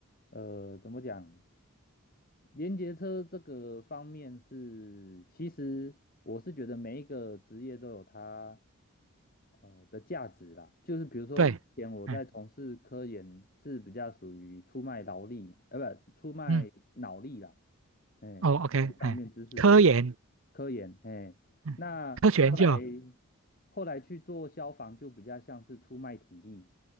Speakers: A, on the left; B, on the right.
A: 呃，怎么讲，连接车这个方面是，其实我是觉得每一个职业都有它呃的价值啦。就是比如说之前我在从事科研是比较属于出卖劳力嘛，
B: 对，嗯
A: 呃，不，出卖脑力啦，
B: 嗯，
A: 哎，
B: 哦，OK，
A: 知识上面知识活。
B: 哎，科研，
A: 科研，嘿，
B: 嗯科学研究，
A: 那后来后来去做消防就比较像是出卖体力，